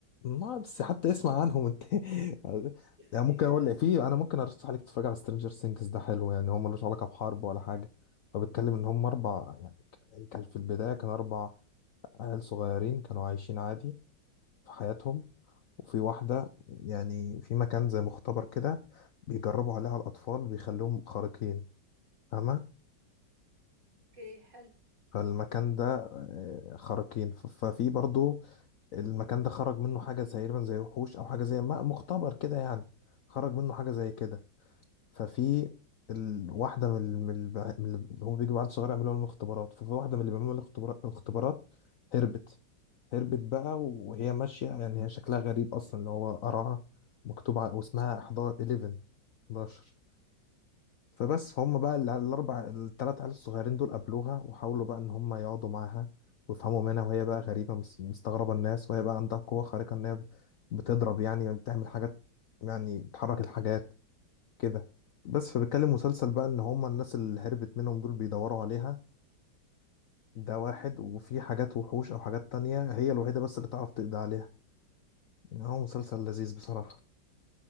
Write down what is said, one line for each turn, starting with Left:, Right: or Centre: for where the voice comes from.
Left: ما بس حتى اسمع عنهم انت <laughs>
Right: يعني
Left: يعني ممكن اقول لك في انا ممكن ارشح لك تتفرج على سترينجر سينجز ده حلو يعني هو ملوش علاقه بحرب ولا حاجه هو بيتكلم ان هم اربع يعني ك- يعني كان في البدايه كان اربع عيال صغيرين كانوا عايشين عادي في حياتهم وفي واحده يعني في مكان زي مختبر كده بيجربوا عليها الاطفال بيخليهم خارقين فاهمه
Right: اوكي حلو
Left: فالمكان ده آه، خارقين ف- ففي برضو المكان ده خرج منه حاجة زي تقريبا زي وحوش أو حاجة زي ما مختبر كده يعني خرج منه حاجة زي كده ففي ال- واحدة من ال- من الب- من ال- اللي هم بيجوا بعد صغير يعملوا لهم الاختبارات ففي واحدة من اللي بيعملوا لها الاختبارات الاختبارات هربت هربت بقى وهي ماشية يعني هي شكلها غريب أصلا اللي هو قرعة مكتوب على واسمها 11 11 فبس فهم بقى ال- الاربع الثلاث عيال الصغيرين دول قابلوها وحاولوا بقى ان هم يقعدوا معاها ويفهموا منها وهي بقى غريبه مس- مستغربه الناس وهي بقى عندها قوه خارقه ان هي بتضرب يعني بتعمل حاجات يعني بتحرك الحاجات كده بس فبيتكلم مسلسل بقى ان هم الناس اللي هربت منهم دول بيدوروا عليها ده واحد وفي حاجات وحوش او حاجات تانية هي الوحيده بس اللي تعرف تقضي عليها يعني هو مسلسل لذيذ بصراحه